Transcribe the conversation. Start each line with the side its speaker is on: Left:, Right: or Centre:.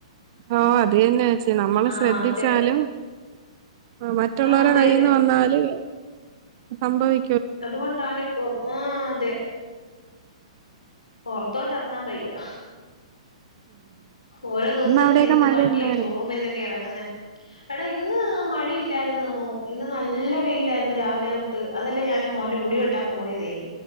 Right: ഓ അത് തന്നെ എച്ചി നമ്മള്
Left: ആഹ്
Right: ശ്രദ്ധിച്ചാലും
Left: അതെ
Right: ആ മറ്റുള്ളരെ
Left: ആഹ് അതെ
Right: കൈന്ന്
Left: അതെ
Right: വന്നാല് സംഭവി
Left: അതുകൊണ്ടണിപ്പോ ആ അതെ പൊറത്തോട്ട് ഇറങ്ങാൻ വയ്യ ഓരോ ദിവസം
Right: ഇന്ന് അവിടെയൊക്കെ
Left: എന്ത്
Right: മഴയുണ്ടായിരുന്നോ
Left: വണ്ടിയാ ഷോറൂമിൽ നിന്നൊക്കെ ഇറങ്ങുന്ന എടാ ഇന്ന് മഴയില്ലായിരുന്ന ഇന്ന് നല്ല വെയിലായിരുന്നു രാവിലെ തൊട്ട് അതല്ലേ ഞൻ മോന്റെ മുടി വെട്ടാൻ പോയതേ